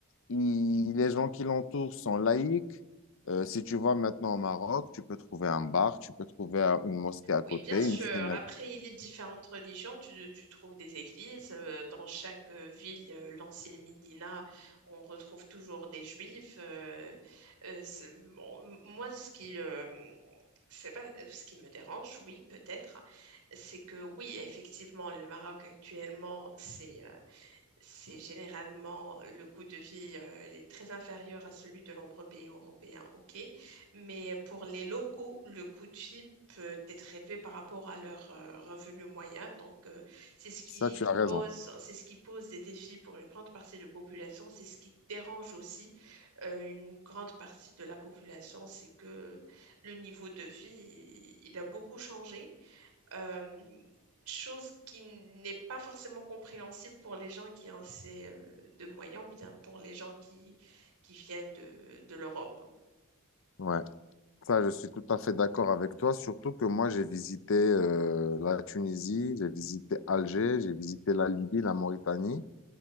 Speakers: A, on the left; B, on the right.
A: Il- les gens qui l'entourent sont laïcs. Euh, si tu vas maintenant au Maroc, tu peux trouver un bar, tu peux trouver euh, une mosquée à
B: Oui,
A: côté,
B: bien sûr.
A: une synagogue.
B: Après, il y a différentes religions. Tu, tu trouves des églises. euh, Dans chaque euh, ville, euh, l'ancienne Médina, on retrouve toujours des juifs. euh, euh, c'est- bon, m- moi, ce qui, euh, c'est pas, euh, ce qui me dérange, oui, peut-être, c'est que oui, effectivement, le Maroc actuellement, c'est c'est généralement le coût de vie, euh, il est très inférieur à celui de nombreux pays européens, ok. Mais pour les locaux, le coût de vie peut être élevé par rapport à leur euh, revenu moyen. Donc, euh, c'est ce qui
A: Ça, tu as raison.
B: pose, c'est ce qui pose des défis pour une grande partie de la population. C'est ce qui dérange aussi euh, une grande partie de la population, c'est que le niveau de vie, il il a beaucoup changé. Euh, chose qui n'est pas forcément compréhensible pour les gens qui ont assez euh, de moyens, ou bien pour les gens qui, qui viennent de, de l'Europe.
A: Ouais. Ça, je suis tout à fait d'accord avec toi, surtout que moi, j'ai visité euh, la Tunisie, j'ai visité Alger, j'ai visité la Libye, la Mauritanie.